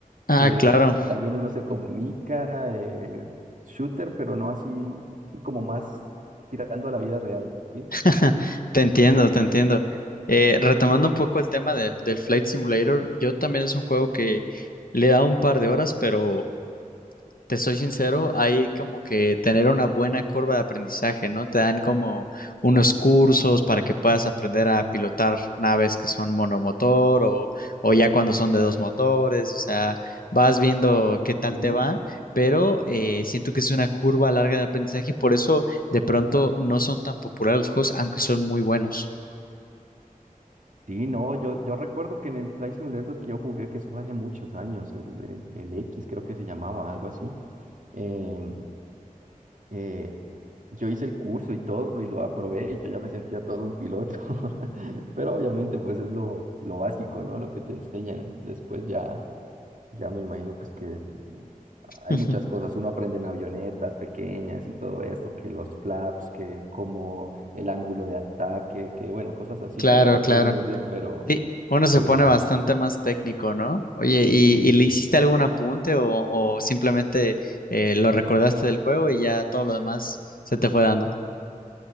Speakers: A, on the left; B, on the right.
A: Ah,
B: que
A: claro.
B: también uno se comunica, eh, shooter, pero no así, sí, como más tirando a la vida real, ¿sí?
A: <laughs> Te entiendo, te entiendo. Eh, retomando un poco el tema de- del Flight Simulator, yo también es un juego que le he dado un par de horas, pero Te soy sincero, hay como que tener una buena curva de aprendizaje, ¿no? Te dan como unos cursos para que puedas aprender a pilotar naves que son monomotor o, o ya cuando son de dos motores, o sea, vas viendo qué tal
B: Sí,
A: te va, pero eh, siento que es una curva larga de aprendizaje y por eso de pronto no son tan populares los juegos, aunque son muy buenos.
B: sí, no, yo, yo recuerdo que en el Flight Simulator que yo jugué, que eso fue hace muchos años, el, el- el X creo que se llamaba, algo así, em, eh, yo hice el curso y todo y lo aprobé y yo ya me sentía todo un piloto, <laughs> pero obviamente pues es lo, lo básico, ¿no? Lo que te enseñan después ya, ya me imagino pues que es
A: <laughs>
B: Hay muchas cosas, uno aprende en avionetas pequeñas y todo esto, que los flaps, que como el ángulo de ataque, que bueno, cosas así.
A: Claro,
B: Ya no recuerdo
A: claro.
B: muy bien, pero,
A: Sí, uno se
B: pero
A: pone bastante más técnico, ¿no? Oye, ¿y,
B: sí,
A: y le
B: sí.
A: hiciste algún apunte o, o simplemente eh, lo recordaste del juego y ya todo lo demás se te fue dando?